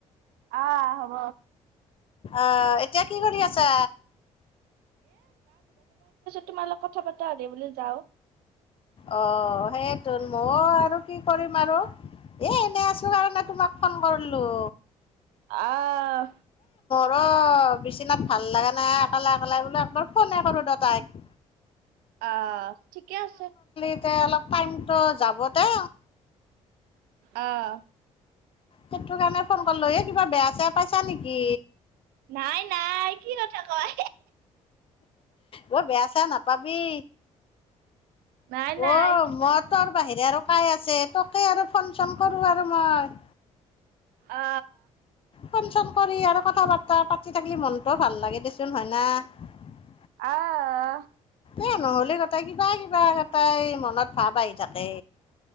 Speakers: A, on the right; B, on the left.
A: আহ হ'ব
B: আহ, এতিয়া কি কৰি আছা?
A: তোমালগ কথা পাতা, দে বোলো যাওঁ
B: অ', সেইটো মই আৰু কি কৰিম? আৰু, এ, এনে আছোঁ কাৰণে তোমাক ফোন কৰিলোঁ
A: আহ।
B: ৰ বিচনাত ভাল লাগে নাই একালে একালে, বোলো একবাৰ ফোনে কৰো দে তাইক।
A: আ, ঠিকে আছোঁ।
B: এ অলপ টাইমটো যাব দে।
A: আ।
B: সেইটো কাৰণে ফোন কৰিলো, এ কিবা বেয়া চেয়া পাইছা নেকি।
A: নাই নাই কি কথা কয়।
B: অ' বেয়া চে নাপাবি।
A: নাই নাই
B: অ' ম তোৰ বাহিৰে আৰু কাই আছে। তোকে আৰু ফোন চোন কৰো আৰু মই।
A: অ।
B: ফন চন কৰি আৰু কথা বাৰ্তা পাতি থাকিলি মনটো ভাল লাগে দেচোন হয় না। <unintelligible>
A: আহ
B: এ নহ'লে গটাই কিবা কিবা এ গটাই মনত ভাৱ আহি থাকে।